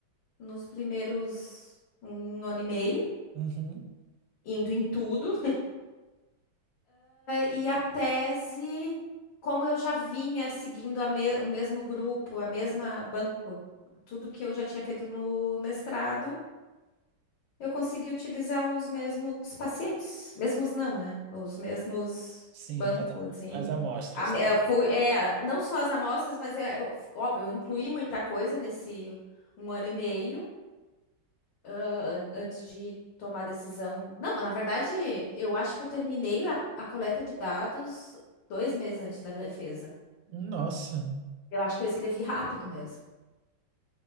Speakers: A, on the left; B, on the right.
A: nos primeiros um um ano e meio,
B: Uhum,
A: indo em tudo. E a tese, como eu já vinha seguindo a me- o mesmo grupo, a mesma banco, tudo que eu já tinha feito no mestrado, eu consegui utilizar os mesmos pacientes. Mesmos não, né? Os mesmos
B: sim,
A: bancos,
B: as,
A: assim.
B: as amostras
A: A me-
B: e tal.
A: eh, fui, é, não só as amostras, mas é, eu- óbvio, eu incluí muita coisa nesse um ano e meio ah, an- antes de tomar decisão. Não, mas na verdade, eu acho que eu terminei a, a coleta de dados dois meses antes da defesa.
B: Nossa.
A: Eu acho que eu escrevi rápido mesmo.